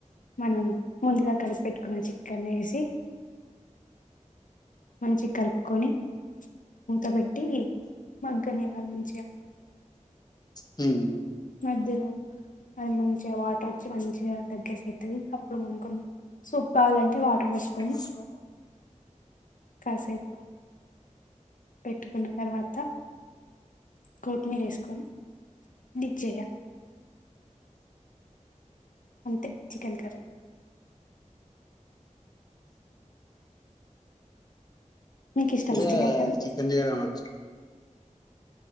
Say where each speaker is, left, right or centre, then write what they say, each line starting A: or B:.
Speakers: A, on the left; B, on the left.
A: మనం ముందుగా కలిపిపెట్టుకున్న చికెన్ వేసి మంచి కలుపుకొని మూతబెట్టి మగ్గనే వాళ్ళ నుంచి
B: హ
A: మధ్యలో అది మంచిగా వాటర్ వచ్చి మంచిగా దగ్గరకి ఎతుంది అప్పుడు మనుకొని సూ కావాలంటే వాటర్ వస్తు
B: ఏస్కొని
A: కాసేపు పెట్టుకున్న తర్వాత కోత్తిమీర వేసుకొని ది చేయ అంతే చికెన్ కర్రీ మీకు
B: నాక్కూడా
A: ఇష్టమా చికెన్ కర్రీ
B: చికెన్ చేయడం వచ్చు